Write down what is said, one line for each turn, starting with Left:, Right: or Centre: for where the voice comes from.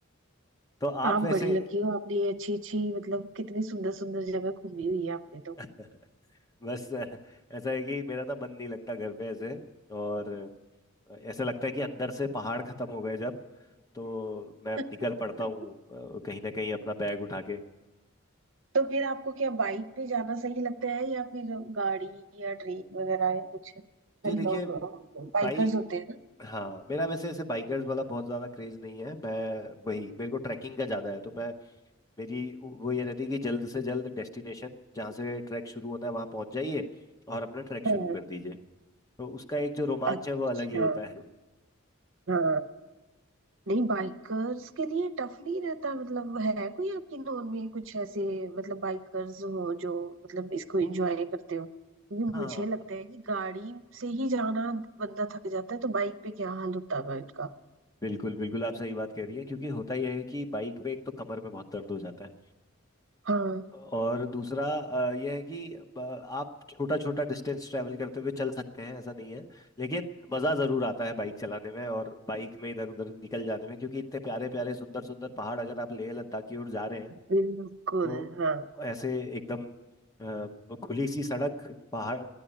Left: तो आप
Right: आप
Left: वैसे
Right: बड़ी लकी हो आपने ये अच्छी अच्छी मतलब कितनी सुंदर सुंदर जगह घूमी हुई है आपने तो
Left: <laughs> बस अ, ऐसा है कि मेरा ना मन नहीं लगता घर पे ऐसे और अ, ऐसा लगता है कि अंदर से पहाड़ खत्म हो गए जब तो मैं
Right: <laughs>
Left: निकल पड़ता हूँ अ, कहीं ना कहीं अपना बैग उठा के
Right: तो फिर आपको क्या बाइक पे जाना सही लगता है या फिर गाड़ी या ट्रेन वगैरह या कुछ कई
Left: जी देखिए
Right: लोग बाइकर्स
Left: भाई
Right: होते हैं ना
Left: हाँ मेरा वैसे ऐसे बाइकर्स वाला बहुत ज्यादा क्रेज नहीं है मैं वही मेरे को ट्रैकिंग का ज्यादा है तो मैं मेरी वो ये रहती है कि जल्द से जल्द डेस्टिनेशन जहाँ से ट्रैक शुरू होना है वहाँ पहुंच जाइए और अपना ट्रैक
Right: हाँ,
Left: शुरू कर दीजिए तो उसका एक जो रोमांच
Right: अच्छा
Left: है वो अलग ही होता है
Right: हाँ नहीं बाइकर्स के लिए टफ नहीं रहता मतलब है कोई आपकी नोन में कुछ ऐसे मतलब बाइकर्स हो जो मतलब इसको एंजॉय करते हो क्योंकि
Left: हाँ
Right: मुझे लगता है कि गाड़ी से ही जाना बंदा थक जाता है तो बाइक पे क्या हाल होता है इनका
Left: बिल्कुल बिल्कुल आप सही बात कह रही हैं क्योंकि होता ही है कि बाइक पे एक तो कमर में बहुत दर्द हो जाता है
Right: हाँ
Left: और दूसरा अ, यह है कि ब- आप छोटा छोटा डिस्टेंस ट्रैवल करते हुए चल सकते हैं ऐसा नहीं है लेकिन मज़ा ज़रूर आता है बाइक चलाने में और बाइक में इधर उधर निकल जाने में क्योंकि इतने प्यारे प्यारे सुंदर सुंदर पहाड़ अगर आप लेह लद्दाख की ओर जा रहे हैं
Right: बिल्कुल
Left: तो
Right: हाँ
Left: ऐसे एकदम अ, खुली सी सड़क पहाड़